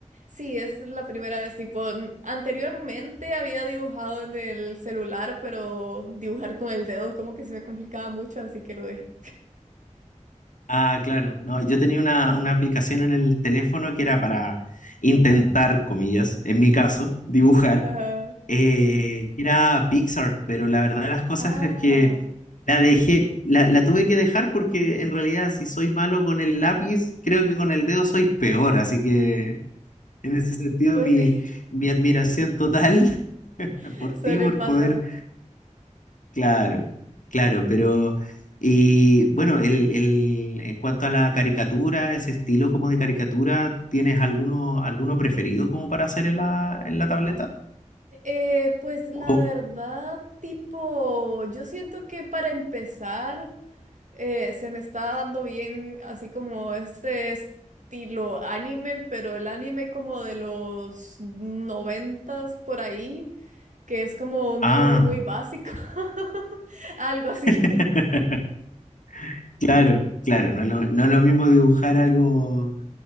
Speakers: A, on the right; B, on the left.
A: Sí, es la primera vez, tipo, n- anteriormente había dibujado en el celular, pero dibujar con el dedo como que se me complicaba mucho, así que lo dejé.
B: Ah, claro. No, yo tenía una, una aplicación en el teléfono que era para intentar, comillas, en mi caso, dibujar.
A: Ajá,
B: eh, era Pixar, pero la verdad de las cosas
A: ajá,
B: es que la dejé, la, la tuve que dejar porque en realidad si soy malo con el lápiz, creo que con el dedo soy peor, así que en ese sentido
A: pues
B: mi,
A: sí,
B: mi admiración total <laughs>
A: <laughs>
B: por
A: suele
B: ti, por
A: pasar.
B: poder, claro, claro, pero... Y bueno, el, el, en cuanto a la caricatura, ese estilo como de caricatura, ¿tienes alguno, alguno preferido como para hacer en la, en la tableta?
A: Eh, pues la
B: O-
A: verdad, tipo, yo siento que para empezar eh, se me está dando bien así como este estilo anime, pero el anime como de los noventas por ahí. que es como un
B: ah.
A: dibujo muy básico, <laughs> algo así.
B: <laughs> Claro, claro, no es lo, no es lo mismo dibujar algo,